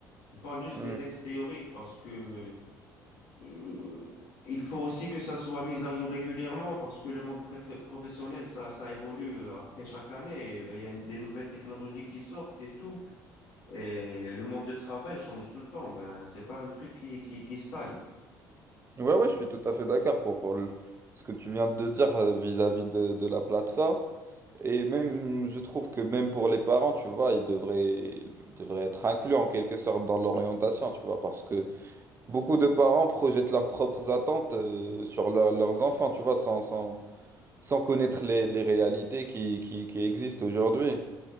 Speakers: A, on the left; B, on the right.
A: et pas juste
B: hein.
A: des textes
B: Hmm.
A: théoriques, parce que euh, il faut aussi que ça soit mis à jour régulièrement, parce que le monde préf- professionnel, ça, ça évolue euh, après chaque année. Et ben, il y a des nouvelles technologies qui sortent et tout, et le monde du travail change tout le temps. Ben, c'est pas un truc qui, qui, qui stagne.
B: Ouais, ouais, je suis tout à fait d'accord pour, pour le- ce que tu viens de dire euh, vis-à-vis de, de la plateforme. Et même, je trouve que même pour les parents, tu vois, ils devraient, ils devraient être inclus en quelque sorte dans l'orientation, tu vois, parce que beaucoup de parents projettent leurs propres attentes euh, sur leur- leurs enfants, tu vois, sans, sans, sans connaître les, les réalités qui, qui, qui existent aujourd'hui.